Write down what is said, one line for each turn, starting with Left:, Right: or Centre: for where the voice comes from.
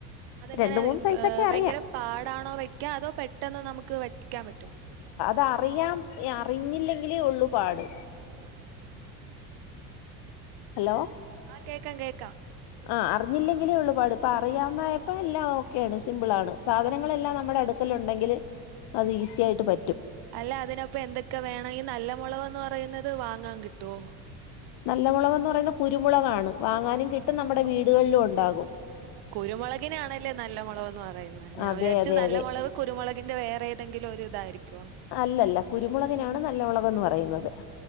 Right: അതെങ്ങനെ
Left: രണ്ട് മൂന്ന് സൈസൊക്കെ
Right: ഏഹ് ഭയങ്കര
Left: അറിയാം
Right: പാടാണോ വയ്ക്കാ. അതോ പെട്ടെന്ന് നമുക്ക് വയ്ക്കാൻ പറ്റോ?
Left: തറിയാം ഏഹ് അറിഞ്ഞില്ലെങ്കിലേ ഒള്ളു പാട്.
Right: ആഹ് ആഹ്
Left: ഹലോ
Right: ആഹ് കേക്കാം കേക്കാം
Left: ആഹ് അറിഞ്ഞില്ലെങ്കിലേ ഒള്ളുപാട് ഇപ്പ അറിയാവന്നായപ്പോ എല്ലാം ഓക്കെയാണ് സിമ്പിളാണ്. സാധനങ്ങളെല്ലാം നമ്മുടെ അടുക്കലുണ്ടെങ്കില് അത് ഈസിയായിട്ട് പറ്റും.
Right: അല്ല അതിനപ്പൊ എന്തൊക്കെ വേണം. ഈ നല്ല മൊളവെന്ന് പറയുന്നത് വാങ്ങാൻ കിട്ടുവോ?.
Left: നല്ല മുളകെന്ന് പറയുന്നത് കുരുമുളകാണ്. വാങ്ങാനും കിട്ടും
Right: ഓ
Left: നമ്മുടെ വീടുകളിലും ഒണ്ടാകും.
Right: കുരുമുളകിനാണല്ലേ നല്ല മുളവെന്ന് പറയുന്നേ ഞാൻ
Left: അതെ
Right: വിചാരിച്ചു
Left: അതെ
Right: നല്ല
Left: അതെ
Right: മുളവ് കുരുമുളകിന്റെ വേറേതെങ്കിലും ഒരിതായിരിക്കോന്ന്.
Left: അല്ലല്ല കുരുമുളകിനാണ് നല്ല മുളക്ന്ന് പറയുന്നത്.